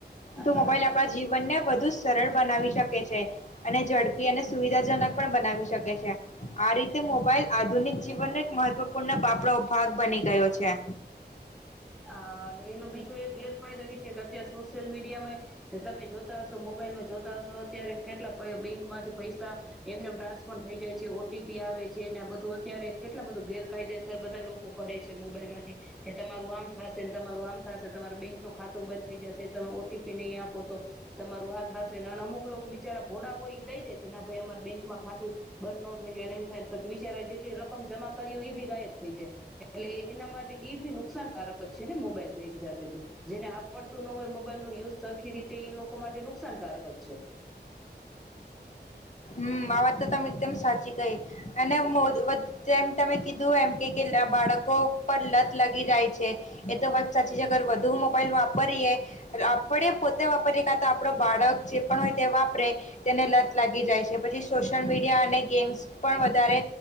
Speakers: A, on the left (about 40°); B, in the centre.
A: તો
B: હા
A: મોબાઈલ
B: સાચી
A: આપણા જીવન ને બધુ સરળ બનાવી શકે છે, અને ઝડપી અને સુવિધાજનક પણ બનાવી શકે. આ રીતે મોબાઈલ આધુનિક જીવનનો એક મહત્વપૂર્ણ બાપો ભાગ બની ગયો છે.
B: હા. અને એનો બીજો એક ગેરફાયદો એ કે અત્યારે સોશિયલ મીડિયામાં, તમે જોતા હશો મોબાઈલમાં જોતા હશો અત્યારે કેટલા બેંકમાંથી પૈસા, એમનેમ ટ્રાન્સફર થઈ જાય છે ઓ ટી પી આવે છે ને આ બધું અત્યારે કેટલા બધું ગેરકાયદેસર બધા લોકો કરે છે મોબાઈલમાંથી, કે તમારું આમ થશેને તમારું આમ થશે તમાર બેંક નું ખાતું બંધ થઈ જશે તમે ઓ ટી પી નહી આપો તો, તમારું આ થશે ને અને અમુક લોકો બિચારા ભોડા હોય એ દઈ દે કે ના ભાઈ અમારે બેંકમાં ખાતું, બંધ ન થઈ જાય નહી થાય પણ બિચારા જેટલી રકમ જમા કરી હો એ બી ગાયબ થઈ જાય, એટલે એના માટે બી નુકસાનકારક છે ને મોબાઈલ તો એક જાતે, જેને આવડતું ન હોય મોબાઈલ ન યુઝ સરખી રીતે એ લોકો માટે નુકસાનકારક જ છે.
A: હમ આ વાત તો તમે એકદમ સાચી કહી, અને જે તમે કીધું એમ કે બાળકો પર લત લાગી જાય છે, એ તો વાત સાચી છે અગર વધુ મોબાઈલ વાપરીએ, આપડે પોતે વાપરીએ કા તો આપડ બાળક જે પણ હોય તે વાપરે, તેને લત લાગી જાય છે. જે પછી સોશિયલ મીડિયા અને ગેમ્સ પણ વધારે,